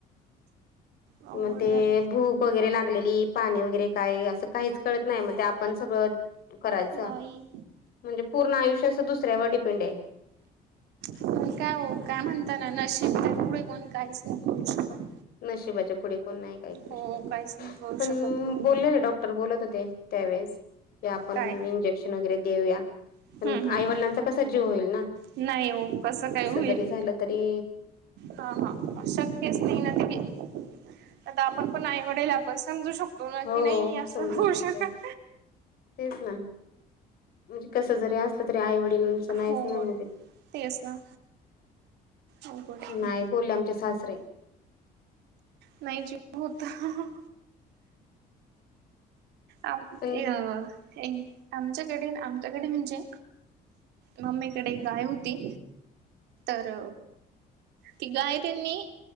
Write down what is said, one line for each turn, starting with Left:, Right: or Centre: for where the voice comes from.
Right: अवघड
Left: म ते
Right: यार
Left: भूक वगैरे लागलेली पाणी वगैरे काय असं काहीच कळत नाही म ते आपण सगळं, करायचं.
Right: बाई
Left: म्हणजे पूर्ण आयुष्यां अस दुसऱ्यावर डिपेंड ये.
Right: पण काय ओ काय म्हणत ना नशीब त्या पुढे कोण काहीच नाही करू शकत.
Left: नशिबाच्या पुढे कोण नाही काय करू
Right: हो
Left: शकत,
Right: काहीच नाही करू
Left: पण
Right: शकत कोणी
Left: बोललेले डॉक् डॉक्टर बोलत होते, त्यावेेळेस, की आपण
Right: काय
Left: इंजेक्शन वगैरे देऊया.
Right: हम्म
Left: पण
Right: हम्म
Left: आई वडलांचा कसा जीव होईल ना.
Right: नाही ओ कसं काय होईल.
Left: जरी झालं तरी
Right: हा हा शक्यच नाही ना ते काही, आता आपण पण आईवडल आपण समजू शक तो ना की
Left: हो
Right: नाही असं
Left: समजू
Right: होऊ
Left: शकते
Right: शकत.
Left: तेच ना. म्हणजे कसं जरी असलं तरी आईवडील तस नाहीच
Right: हो
Left: ना म्हनजे,
Right: तेच ना अवघड आहे
Left: नाहीत. पोल आमचे सासरे.
Right: नाही <unintelligible> होत. आम ये
Left: पण ते-
Right: एक आमच्याकडे न आमच्याकडे म्हणजे मम्मीकडे गाय होती तर. ती गाय त्यांनी